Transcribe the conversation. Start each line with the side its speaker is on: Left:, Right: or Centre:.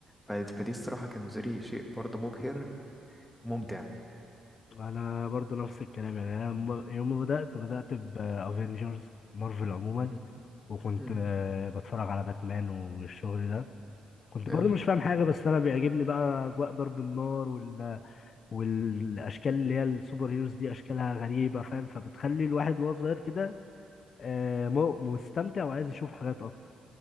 Centre: ف- فدي الصراحه كان زري شيء برضه مبهر وممتع
Left: انا برضو نفس الكلام يعني انا م- يوم ما بدات بدات بافنجرز مارفل عموما
Centre: مم.
Left: وكنت
Centre: مم.
Left: آه، بتفرج على باتمان والشغل ده كنت برضو
Centre: آه.
Left: مش فاهم حاجه بس انا بيعجبني بقى اجواء ضرب النار وال... والاشكال اللي هي السوبر هيروز دي اشكالها غريبه فاهم فبتخلي الواحد وهو صغير كده آه، م- مستمتع وعايز يشوف حاجات اكتر